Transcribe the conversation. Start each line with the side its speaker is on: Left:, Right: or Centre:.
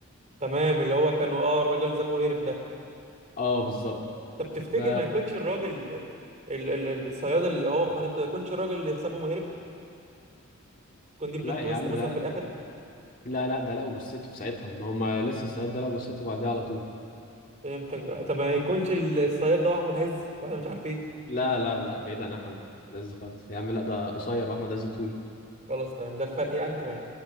Right: تمام اللي هو كانوا اه الراجل زبو هرب ده
Left: اه بالظبط
Right: طب تفتكر
Left: ف
Right: ما يكونش الراجل ده ال ال ال- الصياد اللي هو خطيبته ما يكونش الراجل اللي حسابه مهرب يكون دي بلوت
Left: لا يا
Right: تويست
Left: عم
Right: مثلا
Left: ده
Right: في الاخر
Left: لا لا ده لقوا جثته في ساعتها ما هم لسه الصياد ده لقوا جثته بعديها على طول
Right: فهمتك طب ما يكونش ال- الصياد ده هو احمد عز واحنا مش عارفين
Left: لا لا لا بعيد عن احمد عز خالص يا عم لا ده قصير واحمد عز طويل
Right: خلاص تمام ده الفرق يعني تمام